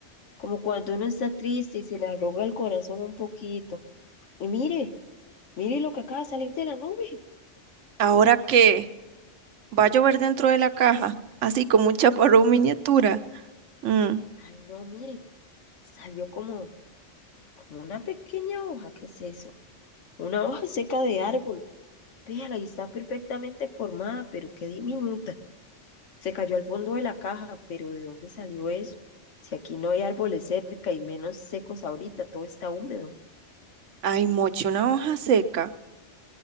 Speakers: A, on the left; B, on the right.
A: como cuando uno está triste y se le arruga el corazón un poquito. Y mire, mire lo que acaba de salir de la nube.
B: Ahora que va a llover dentro de la caja, así como un chaparrón miniatura. Mm,
A: Ay, no, mire, salió como, como una pequeña hoja, ¿qué es eso? Una hoja seca de árbol. Véala y está perfectamente formada, pero qué diminuta. Se cayó al fondo de la caja, pero ¿de dónde salió eso? Si aquí no hay árboles cerca y menos secos ahorita, todo está húmedo.
B: Ay, moche, una hoja seca.